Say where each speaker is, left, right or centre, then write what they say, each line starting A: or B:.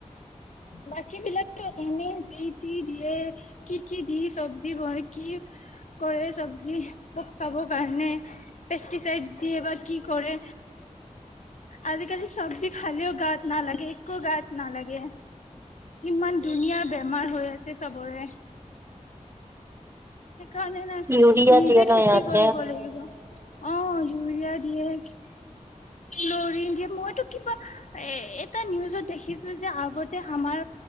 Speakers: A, on the left; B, on the right.
A: বাকী বিলাকো এনে যি যি সে কি কি দি চব কি জানি কি কৰে চবজি চাব কাৰনে পেষ্টিচাইড দিয়ে বা কি কৰে আজিকালি চবজি খালে নালাগে একো গাত নালাগে ইমান ধুনীয়া বেমাৰ হৈ আছে চবৰে সেইকাৰণে নাই
B: ইউৰিয়া
A: নিজে
B: দিয়ে ন
A: খেতি
B: ইহঁতে
A: কৰিব লাগিব অ ইউৰিয়া দিয়ে দিয়ে মইতো কিবা এ এটা নিউজত দেখিছিলো যে আগতে আমাৰ